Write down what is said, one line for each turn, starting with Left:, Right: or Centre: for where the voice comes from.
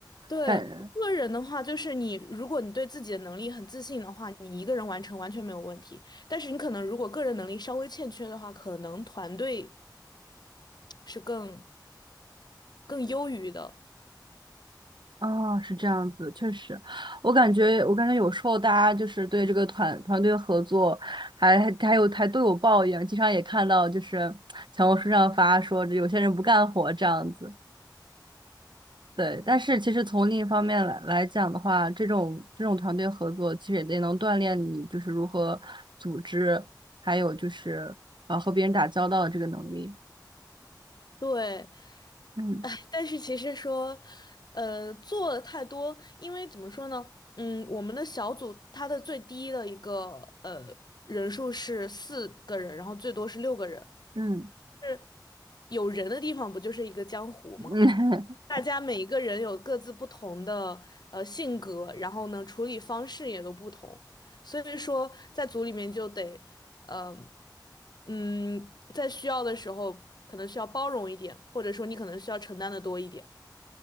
Left: 对，
Right: 感，
Left: 个人的话，就是你，如果你对自己的能力很自信的话，你一个人完成完全没有问题。但是你可能如果个人能力稍微欠缺的话，可能团队是更更优于的。
Right: 哦，是这样子，确实，我感觉，我感觉有时候大家就是对这个团团队合作还，还还有还都有抱怨，经常也看到就是小红书上发说这有些人不干活这样子，对。但是其实从另一方面来来讲的话，这种这种团队合作其实也得能锻炼你就是如何组织，还有就是啊和别人打交道的这个能力。
Left: 对，
Right: 嗯
Left: 哎，但是其实说，呃，做的太多，因为怎么说呢，嗯，我们的小组它的最低的一个呃人数是四个人，然后最多是六个人，
Right: 嗯
Left: 就是有人的地方不就是一个江湖吗？
Right: 嗯，<laughs>
Left: 大家每一个人有各自不同的呃性格，然后呢处理方式也都不同，所以说在组里面就得，呃，嗯，在需要的时候可能需要包容一点，或者说你可能需要承担的多一点。